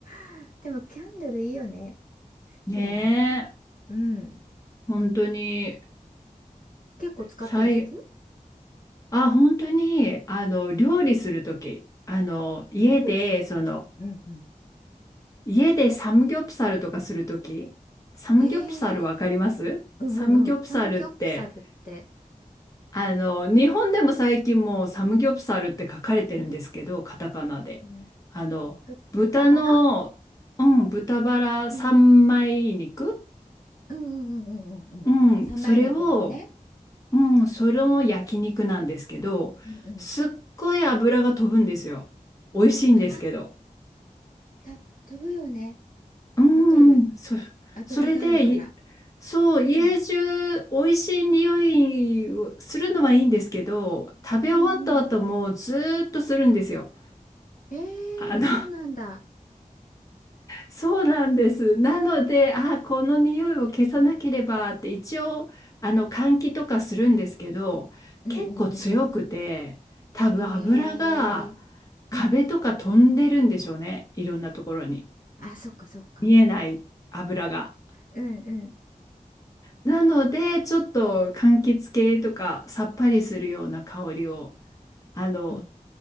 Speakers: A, on the left; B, on the left.
A: <laughs> でもキャンドルいいよね。好きだな。
B: ねえ、
A: うん。
B: 本当に、
A: 結構使ったりする
B: さい、あ、本当に、あの、料理するとき、あの、家で、
A: 料理するとき。
B: その、
A: うんうん。
B: 家でサムギョプサルとかするとき、サムギョプサルわかりますサムギョプサルって、
A: へえ。うんうんうん。サムギョプサルって、
B: あの、日本でも最近もうサムギョプサルって書かれてるんですけど、カタカナで。
A: うん、
B: あの、
A: ぶ、
B: 豚の、
A: 豚バラ
B: うん、豚バラ三枚肉
A: うんうんうんうんうんうんうん。
B: うん、
A: 三枚肉だよね。
B: それを、うん、それも焼肉なんですけど、
A: うんうん。
B: すっごい油が飛ぶんですよ。美味しいんですけど。
A: あー、た、飛ぶよね。
B: うん、
A: わかる。
B: そ、
A: 油があるから。
B: それで、いそう、
A: うん。
B: 家中美味しい匂いをするのはいいんですけど、食べ終わった後もずーっとするんですよ。
A: うんうん。えー、
B: あの
A: そうなんだ。
B: そうなんです。なので、あ、この匂いを消さなければって一応、あの、換気とかするんですけど、
A: うんうんうん
B: 結構強くて、多分油が
A: うん。へえ。
B: 壁とか飛んでるんでしょうね。
A: うん。
B: いろんなところに。
A: あ、そっかそっか。
B: 見えない油が。
A: うんうん
B: なので、ちょっと柑橘系とかさっぱりするような香りを、あの、
A: うん